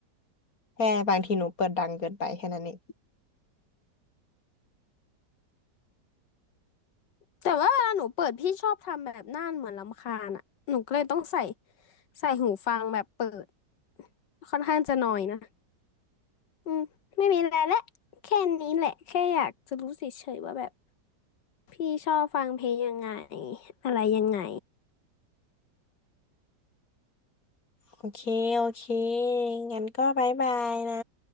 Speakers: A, on the left; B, on the left.
A: แค่บางทีหนูเปิดดังเกินไปแค่นั้นเอง
B: แต่ว่าเวลาหนูเปิดพี่ชอบทำแบบหน้าเหมือนรำคาญอ่ะหนูก็เลยต้องใส่ใส่หูฟังแบบเปิดค่อนข้างจะหน่อยนะอืมไม่มีอะไรและแค่นี้แหละแค่อยากจะรู้เฉยๆว่าแบบพี่ชอบฟังเพลงยังไงอะไรยังไง
A: โอเค โอเค งั้นก็บายบายนะ